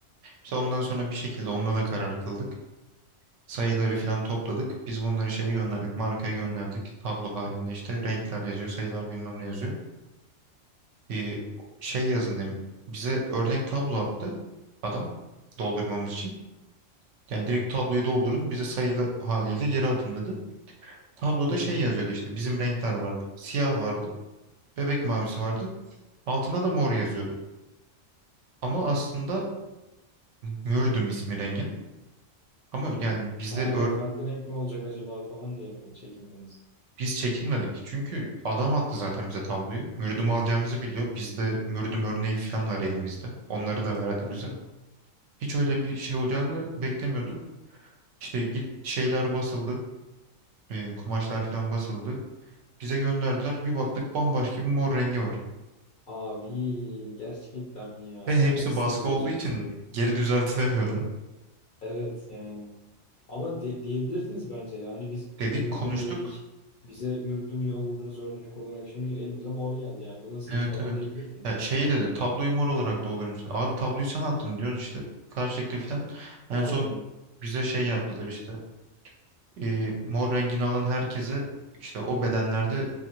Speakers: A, on the right; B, on the left.
A: İşte ondan sonra bir şekilde onunla da karar kıldık. Sayıları filan topladık. Biz bunları şeye gönderdik. Markaya gönderdik. Tablo halinde işte renkler yazıyor. Sayılar bilmem ne yazıyor. e, şey yazın demiş. Bize örnek tablo attı adam doldurmamız için. Yani direkt tabloyu doldurun bize sayılı haliyle geri atın dedi. Tabloda
B: Hı hı.
A: şey yazıyordu işte bizim renkler vardı. Siyah vardı, bebek mavisi vardı. Altına da mor yazıyordu. Ama aslında mürdüm ismi rengin. Ama yani bizde
B: Ha,
A: ö-
B: farklı renk mi olacak acaba falan diye mi çekindiniz?
A: biz çekinmedik. Çünkü adam attı zaten bize tabloyu. Mürdüm alacağımızı biliyor. Bizde mürdüm örneği falan var elimizde. Onları da verdi
B: Hı
A: bize.
B: hı.
A: Hiç öyle bir şey olacağını beklemiyorduk. İşte git şeyler basıldı. e, kumaşlar falan basıldı. Bize gönderdiler. Bir baktık bambaşka bir mor rengi var.
B: Abi gerçekten mi ya?
A: Ve hepsi
B: Çok sinir
A: baskı
B: bozmuştur.
A: olduğu için geri <laughs> düzeltilemiyordu.
B: Evet yani. Ama de- diyebilirdiniz bence yani biz
A: Dedik
B: mürdüm
A: konuştuk.
B: dedik. Bize mürdüm yolladınız örnek olarak. Şimdi elimize mor geldi yani. Bu nasıl
A: Evet
B: iş falan
A: evet.
B: diyebilirdiniz.
A: Ya şey dedi tabloyu mor olarak doldurmuşsun. Abi tabloyu sen attın diyoruz işte. Karşılıklı falan. En
B: Yani
A: son bize şey yaptılar işte. e, mor rengini alan herkese işte o bedenlerde